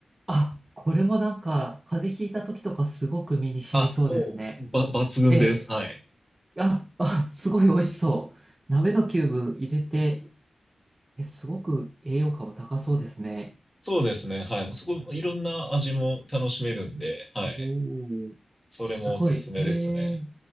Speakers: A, on the right; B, in the centre.
A: あ、これもなんか、風邪ひいた時とかすごく身に染みそうですね。
B: あ、もう、ば、抜群です。
A: ええ。
B: はい。
A: あ、あ、すごい美味しそう。鍋のキューブ入れて、え、すごく栄養価も高そうですね。
B: そうですね。はい。もうそこ、いろんな味も楽しめるんで、はい。
A: おー。
B: それもおすすめですね。
A: すごい。ええ。